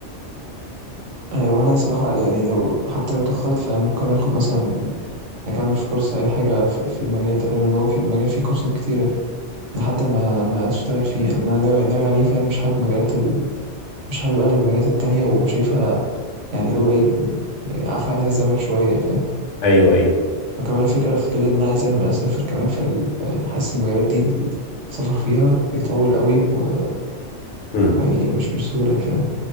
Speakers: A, on the right; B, on the left.
A: آه وأنا صراحة يعني لو حتى لو اتأخرت فممكن آخد مثلا أكمل في كورس أي حاجة في, في المجال ده فاهم إن هو في مجال فيه كورسات كتيرة لحد ما ما أشتغل فيه يعني أنا ناوي ناوي عليه فاهم مش حابب مجالات مش حابب أنا المجالات التانية وشايفها يعني اللي هو إيه يعني عفى عليها الزمن شوية فاهم
B: ايوه ايوه
A: وكمان الفكرة في كده إن أنا عايز أعمل- أسافر كمان فال... ف- يعني حاسس المجالات دي السفر فيها بيطول قوي و...
B: مم.
A: ويعني مش مش سهولة يعني فاهم